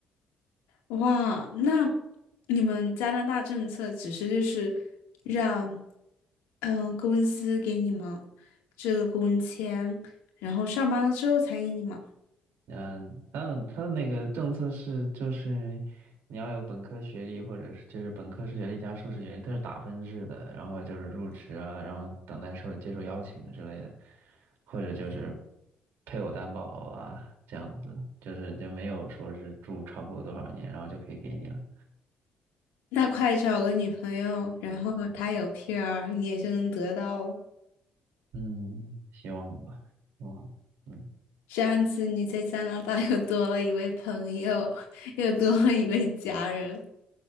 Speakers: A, on the left (about 75°); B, on the right (about 70°).
A: 哇，那你们加拿大政策只是就是让，嗯、公司给你们这个工签，然后上班了之后才给你们。
B: 嗯，他的他的那个政策是，就是你要有本科学历，或者是就是本科学历加硕士学历，它是打分制的，然后就是入职啊，然后等待受接受邀请之类的，或者就是配偶担保啊，这样子，就是就没有说是住超过多少年，然后就可以给你了。
A: 那快找个女朋友，然后她有 PR，你也就能得到哦
B: 嗯，希望吧，希望，嗯
A: 这样子你在加拿大又多了一位朋友，<laughs> 又多了一位家人。